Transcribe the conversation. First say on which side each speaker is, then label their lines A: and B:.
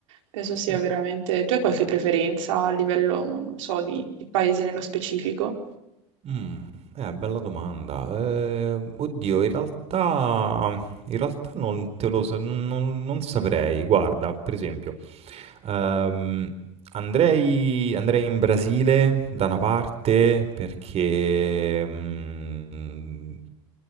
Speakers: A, on the right; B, on the right.
A: penso sia
B: Sì.
A: veramente... Tu hai qualche preferenza a livello, non so, di, di paese nello specifico?
B: Mh, eh, bella domanda. Ehm, oddio in realtà in realtà non te lo so non non saprei. Guarda, per esempio Ehm, andrei andrei in Brasile da una parte perché, mhmm,